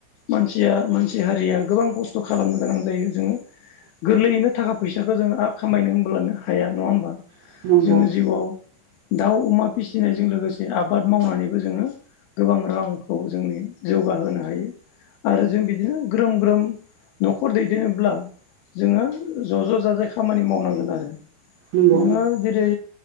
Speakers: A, on the left (about 75°); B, on the right (about 75°).
A: मानसिया मानसि सि हारिया गोबां खस्थ खालामनो गोनां जायो जोंङो गोरलैयैनो थाखा फैसाखौ जोंङो खामायनो। लानो हाया नंङा होमबा
B: नंगौ
A: जोंङो जिउआव दाउ अमा फिसिनायजों लोगोसे आबाद मावनानैबो जोङो गोबां रांखौ जोंनि जौगाहोनो हायो। आरो जों बिदिनो ग्रोम ग्रोम नखर दैदेनोब्ला जोङो ज ज जाजाय खामानि मावनांगोन आरो
B: नंगौ नंगौ
A: नोङो जेरै